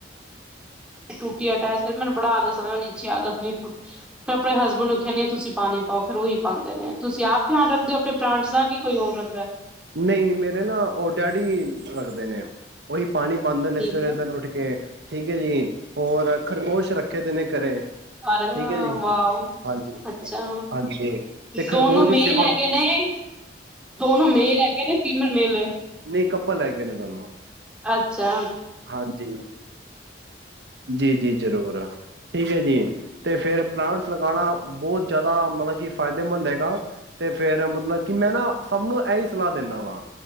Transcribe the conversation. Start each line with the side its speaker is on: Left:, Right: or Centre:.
Centre: ਟੂਟੀ ਅਟੈਚ ਕਰ ਮੈਨੂੰ ਬੜਾ ਆਲਸ ਆਂ ਮੈਂ ਨੀਚੇ ਆ ਆਪਣੇ ਹਸਬੈਂਡ ਨੂੰ ਕਹਿੰ ਤੁਸੀਂ ਪਾਣੀ ਪਾਓ ਫਿਰ ਉਹੀ ਪਾਉਂਦੇ ਨੇ ਤੁਸੀਂ ਆਪ ਧਿਆਨ ਰੱਖਦੇ ਹੋ ਆਪਣੇ ਪਲਾਂਟਸ ਦਾ ਕਿ ਕੋਈ ਹੋਰ ਰੱਖਦਾ
Right: ਨਹੀਂ ਮੇਰੇ ਨਾ ਉਹ ਡੈਡੀ ਰੱਖਦੇ ਨੇ ਉਹੀ ਪਾਣੀ ਪਾਉਂਦੇ ਨੇ
Centre: ਠੀਕ
Right: ਸਵੇਰੇ
Centre: ਹੈ
Right: ਸਵੇਰੇ ਉੱਠ ਕੇ ਠੀਕ ਹੈ ਜੀ ਹੋਰ ਖਰਗੋਸ਼ ਰੱਖੇ ਦੇ ਨੇ ਘਰੇ
Centre: ਅਰੇ ਵ
Right: ਠੀਕ ਐ ਜੀ।
Centre: ਵ
Right: ਹਾਂਜੀ,
Centre: ਅੱਛਾ,
Right: ਹਾਂਜੀ। ਤੇ ਖਰਗੋਸ਼
Centre: ਦੋਨੋ
Right: ਦੀ
Centre: ਮੇਲ
Right: ਸੇਵਾ
Centre: ਹੈਗੇ ਨੇ, ਦੋਨੋ ਮੇਲ ਹੈਗੇ ਨੇ ਫੀਮਲ ਮੇਲੇ
Right: ਨਹੀਂ ਕੱਪਲ ਹੈਗੇ ਨੇ, ਦੋਨੋ।
Centre: ਅੱਛਾ।
Right: ਹਾਂਜੀ, ਜੀ, ਜੀ ਜ਼ਰੂਰ, ਠੀਕ ਹੈ ਜੀ। ਤੇ ਫਿਰ ਪਲਾਂਟਸ ਲਗਾਣਾ, ਬਹੁਤ ਜ਼ਿਆਦਾ ਮਤਲਬ ਕਿ, ਫਾਇਦੇਮੰਦ ਹੈਗਾ, ਤੇ ਫਿਰ ਮਤਲਬ ਕਿ, ਮੈਂ ਨਾ ਸਭ ਨੂੰ ਇਹੀ ਸਲਾਹ ਦਿੰਦਾ ਵਾਂ।